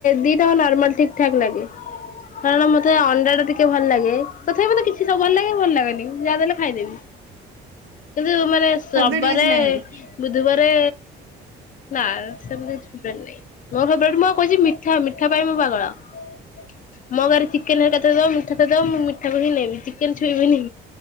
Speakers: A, on the left; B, on the right.
A: ଦିଟା ହକ ନର୍ମାଲ ଠିକ ଠାକ୍ ଲାଗେ । କାରଣ ମତେ ଅଣ୍ଡା ଟା ଟିକ୍ ମୋତେ ଭଲ ଲାଗେ ତଥାପି ମୋତେ କିଛି ସବ ଭଲ ଲାଗେ ଭଲ ଲାଗେନି ଯାହା ଦେଲେ। ଖାଇଦେବି କିନ୍ତୁ ମାନେ
B: ଫେବରେଟ୍
A: ରବବାରେ
B: କିଛି ନାହାନ୍ତି?
A: ବୁଧବାରେ ନା ସେମତି କିଛି ଫେବରେଟ୍ ନାଇଁ, ମୋ ଫେବରେଟ୍ ମୋ କହୁଛି ମିଠା, ମିଠା ପାଇଁ ମୁଁ ପାଗଳ । ମ ଘରେ ଚିକେନ ହେରିକା ଥିବ ମୁଁ ମିଠା ଦବ ମୁଁ ମିଠାକୁ ନେବିି ଚିକେନ୍ ଛୁଇଁବିନି।